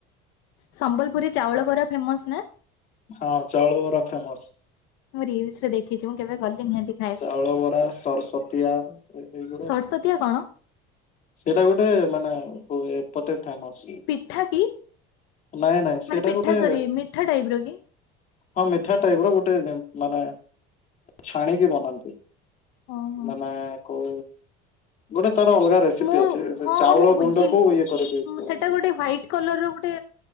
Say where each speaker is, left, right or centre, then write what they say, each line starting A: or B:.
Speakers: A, on the left; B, on the left.
A: ସମ୍ବଲପୁର ଚାଉଳ ବରା ଫେମସ ନା?
B: ହଁ ଚାଉଳ ବରା ଫେମସ।
A: ମୁଁ ରିଲସ ରେ ଦେଖିଛି। ମୁଁ କେବେ ଗଲି ନିହାତି ଖାଇବି।
B: ଚାଉଳ ବରା, ସଡସ୍ଵତୀଆ ଏଇଗୋର୍ଷ
A: ସରସତିଆ କଣ
B: ସେଇଟା ଗୋଟେ ମାନେ ଏପଟେ ଫେମସ।
A: ପିଠା କି?
B: ନାଇଁ ନାଇଁ, ସେଇଟା
A: ମାନେ ପିଠା
B: ଗୋଟେ
A: ସରି ମିଠା ଟାଇପ ର କି?
B: ହଁ ମିଠା ଟାଇପ ର ଗୋଟେ ମାନେ ଛାଣିକି ବନ
A: ଓହୋ
B: ମାନେ କଉ ଗୋଟେ ତାର ଅଲଗା ରେସିପି
A: ମୁଁ
B: ଅଛି ସେ
A: ହଁ
B: ଚାଉଳ
A: ହଁ ମୁଁ ବୁଝିଲି।
B: ଗୁଣ୍ଡକୁ ଇଏ କରିକି
A: ଉଁ ସେଟା ଗୋଟେ ହ୍ୟାଇଟ କଲର ର ଗୋଟେ